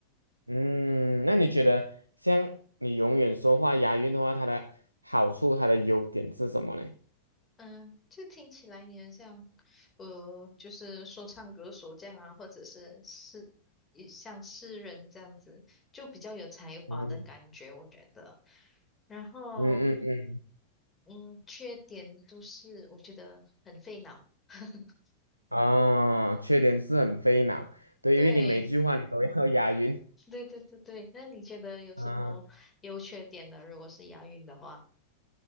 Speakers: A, on the right (about 80°); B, on the left (about 20°).
A: 嗯，那你觉得像你永远说话押韵的话，它的好处、它的优点是什么呢？
B: 嗯，就听起来你很像，呃，就是说唱歌手这样啊，或者是诗，也像诗人这样子，就比较有才华的感觉，
A: 嗯
B: 我觉得。然后，
A: 嗯嗯嗯，
B: 嗯，缺点就是我觉得很费脑。<laughs>
A: 哦，缺点是很费脑，对，
B: 对，
A: 因为你每句话你都要押韵。
B: 对对对对，那你觉得有什么优缺点呢？
A: 啊，
B: 如果是押韵的话，